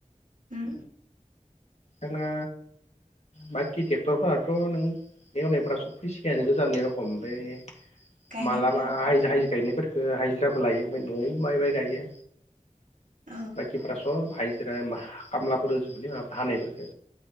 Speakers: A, on the right (about 80°); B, on the left (about 55°).
A: उम
B: जोंहा बाखि ट्रेक्टरफोराथ नों एवनायफ सब फैसिगायानो गोजाननि रखम बेफ्राय
A: गायनायफोरा
B: मालाबा आयजो हायजो गायनायफोर हाइजिराबो लायो ओमफ्राय नआव माइ बाइ गायो
A: औ
B: बाखिफोरा सब हाइजिरा होमबा खामलाफोर होजोबोलै माबा हानायफोरखो